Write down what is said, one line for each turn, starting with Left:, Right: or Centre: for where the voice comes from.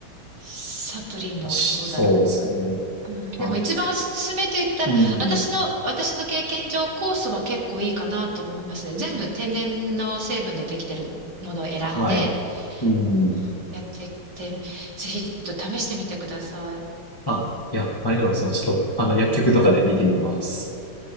Right: サプリもどうだろ
Left: しそうですね。
Right: う。うんでも一番おすすめと言ったら、
Left: まあ、うん。
Right: 私の、私の経験上、酵素は結構いいかなと思いますね。全部天然の成分でできてるものを選んで、
Left: はい。うん。
Right: うん、やってって、ぜひちょっと試してみてください。
Left: あ、いや、ありがとうございます。ちょっと、あの、薬局とかで見てみます。